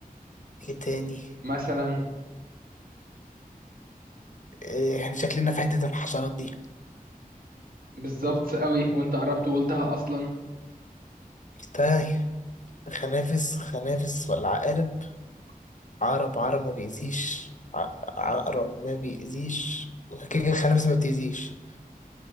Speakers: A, on the left; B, on the right.
A: ايه تاني
B: مثلا
A: آه، احنا شكلنا في حتة الحشرات دي
B: بالظبط قوي وانت قربت وقلتها اصلا
A: طيب خنافس خنافس ولا عقارب عقرب عقرب ما بيأذيش ع- عقرب ما بيأذيش كده
B: مم.
A: كده الخنافس ما بتأذيش